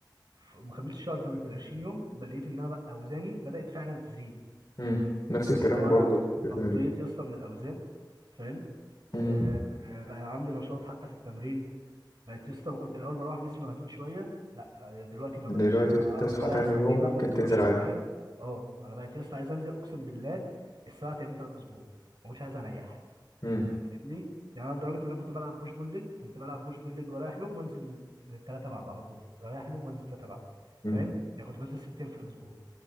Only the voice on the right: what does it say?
ف- ما كملتش شهر كمان كان 20 يوم بل لقيت ان انا بقى اوزاني بدأت فعلا تزيد
اللي هو
انا
نطيت
يا اسطى من الاوزان فاهم
آه آه، بقى عندي نشاط حتى في التمرين بقيت يا اسطى كنت الاول بروح جسمي مهدود شويه لا آه، دلوقتي ما
بقاش
اقدر
اريح ساعتين
اخد الدش
فاهم اه انا بقيت يا اسطى عايز انزل اقسم بالله السبع ايام بتاع الاسبوع ما كنتش عايز اريح
ليه؟ يعني انا لدرجه ان انا كنت بلعب بوش بول ليج كنت بلعب بوش بول ليج ورايح يوم وانزل ثلاثه بعد على طول رايح يوم وانزل ثلاثه بعد
فاهم؟ يعني كنت بنزل ست ايام في الاسبوع